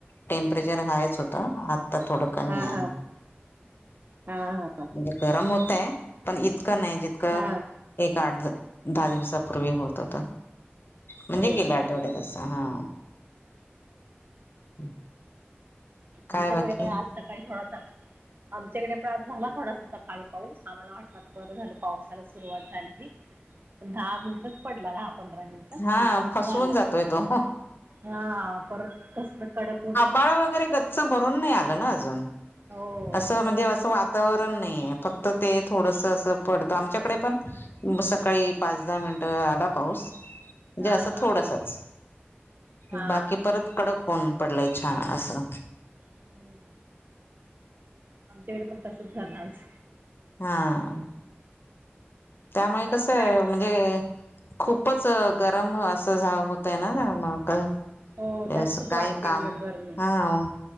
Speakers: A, on the left (about 60°); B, on the right (about 50°).
A: टेम्परेचर हायच होतं. आ तर थोडं कमी
B: हा हा
A: आहे.
B: हा
A: <inaudible>
B: हा हा
A: म्हणजे गरम होतय पण इतकं नाही जितकं
B: हा
A: एक, आठ द दहा दिवसापूर्वी होत होत. म्हणजे
B: होय
A: गेल्या
B: का?
A: आठवड्यात अस हा. <inaudible> काय
B: आमच्याकडे
A: बाकी
B: पण आज सकाळी थोडासाच आमच्याकडे प्रास झाला थोडासा सकाळी पाऊस आम्हाला वाटला तर बरं झालं पावसाला सुरुवात झाली. दहा मिनटंच पडला. <unintelligible> पंधरा मिनिट
A: हा
B: आणि परत
A: फसवून
B: झालं
A: जातोय तो
B: हा परत कस कडक
A: आभाळ वगैरे गच्च भरून नाही आल ना अजून, <inaudible>
B: हो
A: अस
B: तेच
A: म्हणजे
B: ना
A: अस वा वातावरण नाहीये फक्त ते थोडस अस पडतं आमच्याकडे पण सकाळी पाच, दहा मिन ट आधा पाऊस. म्हणजे
B: हा
A: असं थोडसच
B: हा हा
A: <inaudible> बाकी परत कडक ऊन. पडलाय छान असं.
B: हम्. आमच्याकडे पण तसंच झालं आज.
A: हा त्यामुळे कसं आहे
B: दाट
A: म्हणजे खूपच गरम असं झा होतय ना त्यांना.
B: हो
A: हे
B: जास्तच
A: अस काय
B: वाढते
A: काम?
B: उलट गरमी
A: हा